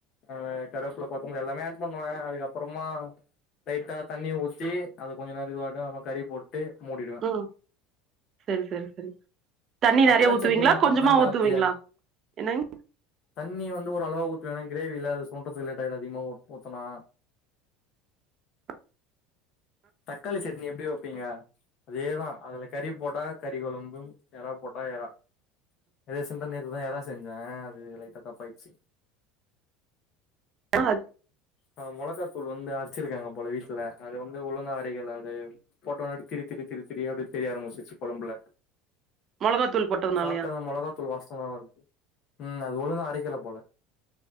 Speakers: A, on the left; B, on the right.
A: ஹ கருவேப்பிலை கொத்தமல்லி எல்லாமே ஆட் பண்ணுவே அதுக்கப்புறமா லைட்டா தண்ணி ஊத்தி அது கொஞ்ச நேரம் இதுவாட்டும் அப்பமா கறி போட்டு மூடிடுவே
B: ம் செரி செரி செரி தண்ணி
A: தக்காளி
B: நெறைய ஊத்துவீங்களா
A: சட்னி மெத்தட்
B: கொஞ்சமா
A: தான்கா
B: ஊத்துவீங்களா
A: அப்டியே
B: என்னங்க
A: தண்ணி வந்து ஒரு அளவா ஊத்துவே எனா கிரேவி இல்ல அது சுண்டறதுக்கு லேட்டாயிடு அதிகமா ஊத்தனா
B: <inaudible>
A: தக்காளி சட்னி எப்படி வைப்பீங்க அதேதான் அதுல கறி போட்ட கறி கொழம்பு ஏற போட்டா ஏற எதாச்சுன் நேத்து தான் எறா செஞ்சேன் அது லைட்டா தப்பாயிச்சு
B: ஆஹ்
A: ஆஹ் மொளகாதூள் வந்துள அரைச்சிருக்காங்க போல வீட் ல அது வந்து ஒழுங்கா அரைக்கல அது போட்ட ஒடனே திருத்திரி திருத்திரியா அப்படி தெரிய ஆரம்பிச்சிருச்சு குழம்புல
B: மொளகாத்தூள் போட்டதுனாலயா?
A: சாப்பிட்டாங்க மொளகாத்தூள் வாசம் தான் வருது உம் அது ஒழுங்க அரைக்கல போல